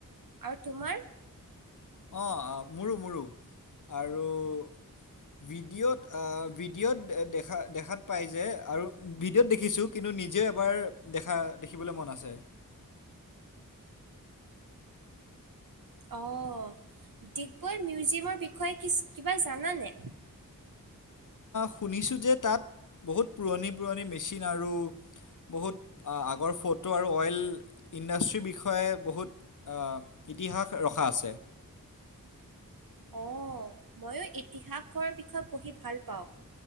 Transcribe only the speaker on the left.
অহ, মোৰো-মোৰো আৰু বি ভিডিঅ'ত অহ, ভিডিঅ'ত দেখা-দেখাত পায় যে আৰু ভিডিঅ'ত দেখিছোঁ কিন্তু নিজে এবাৰ দেখা-দেখিবলৈ মন আছে।
শুনিছোঁ যে তাত বহুত পুৰণি-পুৰণি মেচিন আৰু বহুত আগৰ ফটো আৰু অইল ইণ্ডাষ্ট্ৰীৰ বিষয়ে বহুত অহ, ইতিহাস ৰখা আছে।